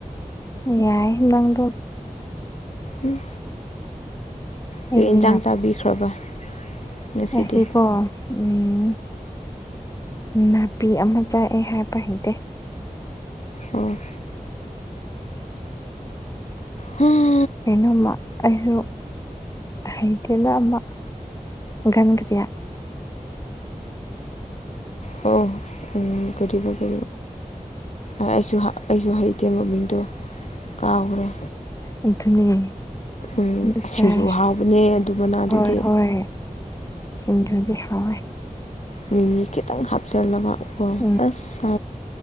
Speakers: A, on the left; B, on the left.
A: ꯌꯥꯏ ꯂꯗ
B: ꯎꯝ ꯀꯦꯛ
A: ꯑꯩꯗꯤ
B: ꯌꯦꯟꯁꯥꯡ ꯆꯥꯕꯤꯈ꯭ꯔꯕ ꯉꯁꯤꯗꯤ
A: ꯑꯦꯁꯤ ꯀꯣ ꯎꯝ ꯅꯟ ꯕꯤ ꯑꯃ ꯆꯥꯏ ꯑꯩ ꯍꯥꯏꯕ ꯍꯩꯇꯦ
B: ꯑꯣ ꯍꯨꯝ
A: ꯀꯩꯅꯣꯝꯃ ꯑꯩꯁꯨ ꯍꯩꯒꯦꯗ ꯑꯃ ꯒꯟꯒ꯭ꯔꯤꯌꯥ
B: ꯍꯣꯏ ꯎꯝ ꯀꯔꯤꯕ ꯀ ꯑꯩꯁꯨ ꯑꯩꯁꯨ ꯍꯩꯇꯦ ꯃꯃꯤꯡꯗꯣ ꯀꯥꯎꯥꯎꯔꯦ
A: ꯑꯗꯨꯅꯦ
B: ꯎꯝ
A: ꯑꯗꯨ
B: ꯁꯨ
A: ꯆꯥꯏ
B: ꯍꯥꯎꯕꯅꯦ ꯑꯗꯨ ꯃꯅꯥ ꯑꯗꯨꯗꯤ
A: ꯍꯣꯏ ꯍꯣꯏ ꯁꯤꯡꯖꯨꯗꯤ ꯍꯋꯥꯦ
B: ꯃꯤꯃꯤ ꯈꯤꯇꯪ ꯍꯥꯞꯆꯜꯂꯕ ꯀꯣ
A: ꯎꯝ
B: ꯑꯁ